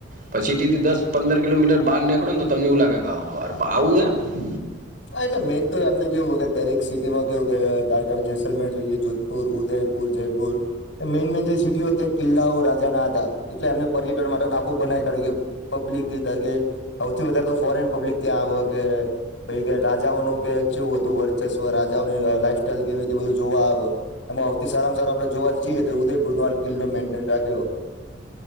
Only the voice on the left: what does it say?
હા એટલે મેન તો એમને કેવું હોય કે દરેક સિટી માં કેવું જેસલમેર જોઈએ પુર ઉદયપુર જયપુર મેન મેન જે સિટી હો--ત કિલ્લાઓ રાજા ના હતા એટલે એમને પર્યટન માટે નાખું બનાવી કાઢ્યું કે પબ્લિક કીધા કે સૌથી વધારે તો ફોરેન પબ્લિક ત્યાં આવ કે ભાઈ કે રાજાઓનું કે કેવું હતું વર્ચસ્વ રાજાઓની લાઈફ સાઈલ કેવીતે બધું જોવા આવે એમાંથી સારામાં સાર આપે જોવા જઈએ તો ઉદયપુર નો આ કિલ્લો મેન્ટેન રાખ્યો